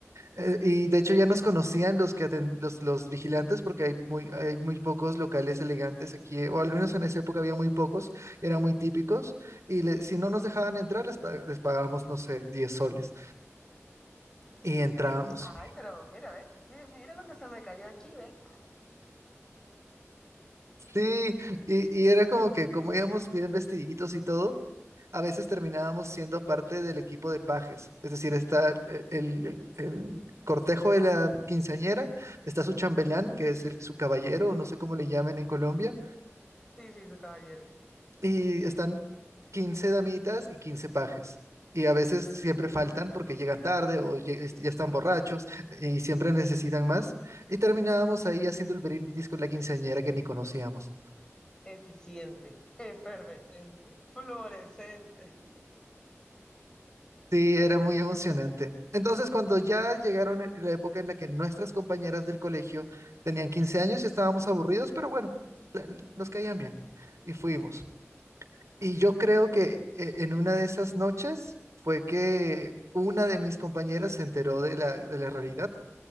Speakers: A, on the right (about 80°); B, on the left (about 15°).
A: eh, Y de hecho ya nos conocían los que aten- los, los vigilantes porque hay muy, hay muy pocos locales elegantes aquí, eh, o al menos en esa época había muy pocos, eran muy típicos, y le- si no nos dejaban entrar les, pa- les pagábamos, no sé, 10 soles y entrábamos.
B: Que- Ay, pero mira, ve, mira, mira lo que se me cayó aquí, ve.
A: Sí, y, y era como que como íbamos bien vestiditos y todo, a veces terminábamos siendo parte del equipo de pajes, es decir, está el, el- el- el cortejo de la quinceañera, está su chambelán, que es el, su caballero, o no sé cómo le llaman en Colombia
B: Sí, sí, su caballero.
A: y están 15 damitas y 15 pajes. Y a veces siempre faltan porque llegan tarde o lle- est- ya están borrachos y siempre necesitan más. Y terminábamos ahí haciendo el brindis con la quinceañera que ni conocíamos.
B: Eficiente, efervescente, fluorescente.
A: Sí, era muy emocionante. Entonces, cuando ya llegaron en la época en la que nuestras compañeras del colegio tenían 15 años y estábamos aburridos, pero bueno, la- nos caían bien y fuimos. Y yo creo
B: Uy,
A: que eh, en una de esas noches fue que una de mis compañeras se enteró de la, de la realidad,